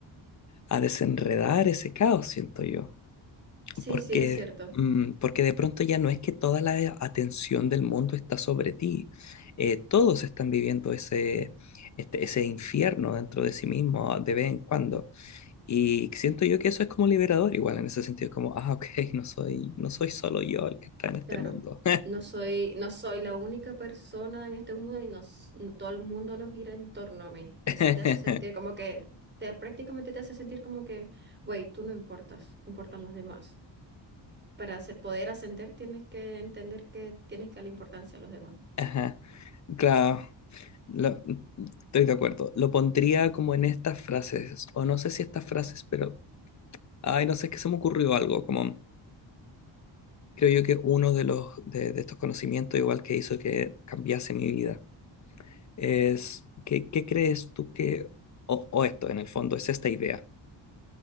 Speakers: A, on the left; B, on the right.
A: a desenredar ese caos, siento yo.
B: Sí,
A: Porque,
B: sí, es cierto.
A: mm, porque de pronto ya no es que toda la atención del mundo está sobre ti. Eh, todos están viviendo ese, este- ese infierno dentro de sí mismo de vez en cuando. Y siento yo que eso es como liberador, igual en ese sentido, como, ah, ok, <laughs> no soy, no soy solo yo el que está en este
B: Claro,
A: mundo.
B: no soy, no soy la única persona en este mundo y nos, no- todo el mundo nos gira en torno a mí. Eso
A: <laughs>
B: te hace sentir como que, te, prácticamente te hace sentir como que, güey, tú no importas, importan los demás. Para se- poder ascender tienes que entender que tienes que darle importancia a los demás.
A: Ajá. Claro, lo- estoy de acuerdo. Lo pondría como en estas frases, o no sé si estas frases, pero, ay, no sé, es que se me ocurrió algo, como... Creo yo que uno de los de, de estos conocimientos, igual que hizo que cambiase mi vida, es que, ¿qué crees tú que, o, o esto en el fondo es esta idea,